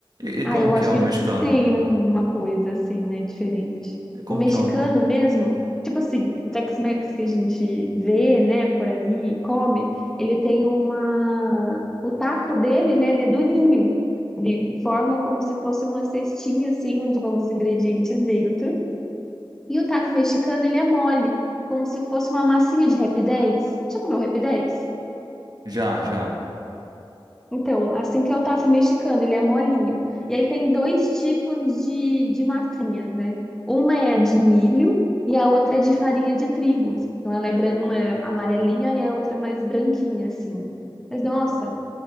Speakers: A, on the right (about 45°); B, in the centre.
A: E, e
B: Ah,
A: como
B: eu
A: que
B: acho
A: é
B: que,
A: o mexicano?
B: que tem uma coisa assim, né, diferente.
A: E como
B: O mexicano
A: que é o...
B: mesmo, tipo assim, o Tex-Mex que a gente vê, né, por aí e come, ele tem uma. O taco dele, né, ele é durinho. Ele forma como se fosse uma cestinha, assim, onde vão os ingredientes dentro. E o taco mexicano, ele é mole, como se fosse uma massinha de Rap 10. Já comeu Rap 10?
A: Já, já.
B: Então, assim que é o taco mexicano, ele é molinho. E aí tem dois tipos de, de massinhas, né? Uma é a de milho e a outra é de farinha de trigo. Então, ela é bran- uma é amarelinha e a outra é mais branquinha, assim. Mas, nossa,